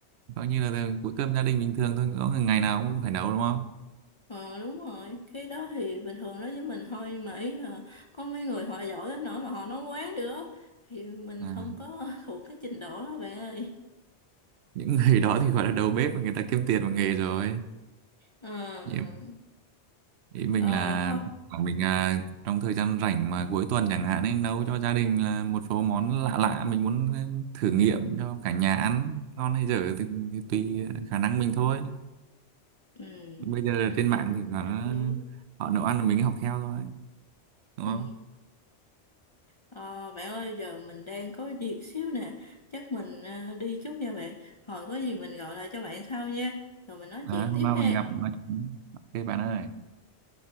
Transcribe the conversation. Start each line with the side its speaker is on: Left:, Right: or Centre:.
Right: coi như là bữa cơm gia đình bình thường thôi có ngày nào cũng phải nấu đúng không
Left: Ờ đúng rồi, cái đó thì bình thường đó với mình thôi nhưng mà ý là có mấy người họ giỏi đến nỗi mà họ nói quán nữa thì mình
Right: à,
Left: không có <laughs> thuộc cái trình độ đó bạn ơi.
Right: những người <laughs> đó thì gọi là đầu bếp người ta kiếm tiền bằng nghề rồi
Left: Ờ
Right: Nhiều.
Left: ờ
Right: Ý mình
Left: Ờ,
Right: là
Left: ha.
Right: là mình à, trong thời gian rảnh mà cuối tuần chẳng hạn nên nấu cho gia đình là một số món lạ lạ mình muốn ờ, thử nghiệm cho cả nhà ăn ngon hay dở thì, thì tùy khả năng mình thôi.
Left: Ừ,
Right: Bây giờ
Left: mình
Right: trên
Left: thấy
Right: mạng
Left: cũng
Right: thì là
Left: hợp lý.
Right: họ nấu ăn là mình học theo thôi, đúng
Left: Ừ.
Right: không?
Left: Ờ, bạn ơi giờ mình đang có việc xíu nè, chắc mình ờ, đi chút nha bạn. Hồi có gì mình gọi lại cho bạn sau nha, rồi mình nói
Right: Đó,
Left: chuyện tiếp
Right: hôm nào
Left: ha.
Right: mình gặp nói chuyện. Ok bạn ơi,